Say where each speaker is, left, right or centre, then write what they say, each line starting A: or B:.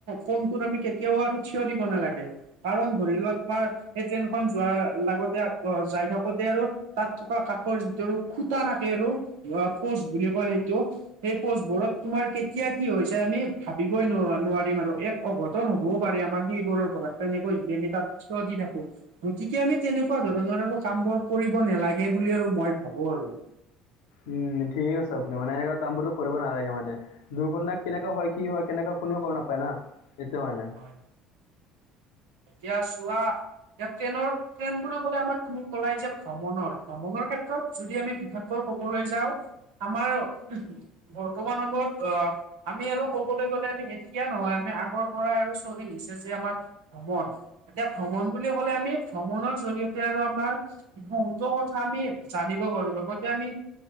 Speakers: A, on the right; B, on the left.
A: কম <unintelligible> আমি কেতিয়াও আৰু থিয় দিব নালাগে কাৰণ ধৰি লোৱা তোমাৰ সেই ট্ৰেইনখন যোৱাৰ লগতে যাই থাকোতে আৰু তাত থকা কাষৰ যিটো আৰু খুতা থাকে আৰু পোচ বুলি কয় সেইটো সেই পোষ্টবোৰত তোমাৰ কেতিয়া কি হৈ যায় আমি ভাবিবই ন নোৱাৰিম আৰু এক অঘটন হ'বও পাৰে আমাৰ সেইবোৰৰ পৰা তেনেকৈ যদি আমি তাত থিয় দি থাকো। গতিকে আমি তেনেকুৱা ধৰণৰ আৰু কাম বোৰ কৰিব নালাগে বুলি আৰু মই ভাবো আৰু
B: উম, ঠিকে কৈছে আপুনি মানে এনেকুৱা কামবোৰ কৰিব নালাগে মানে দুৰ্ঘটনা কেনেকা হয়, কি হয় কেনেকুৱা কোনেও গম নাপায় না এইতো মানে
A: হয়, এতিয়া চোৱা এতিয়া ট্ৰেইনৰ ট্ৰেইন বুলি কলে আমাৰ তুমি কলাই যে ভ্ৰমণৰ ভ্ৰমণৰ ক্ষেত্ৰত যদি আমি বিশেষকৈ কবলৈ যাওঁ আমাৰ বৰ্তমান সময়ত অ', আমি আৰু ক'বলৈ গ'লে আমি এতিয়া নহয় আমি আগৰ পৰাই আৰু চলি আহিছে যে আমাৰ ভ্ৰমণ এতিয়া ভ্ৰমণ বুলি ক'লে আমি ভ্ৰমণৰ জৰিয়তে আৰু আমাৰ <unintelligible> টো কথা আমি জানিব পাৰো লগতে আমি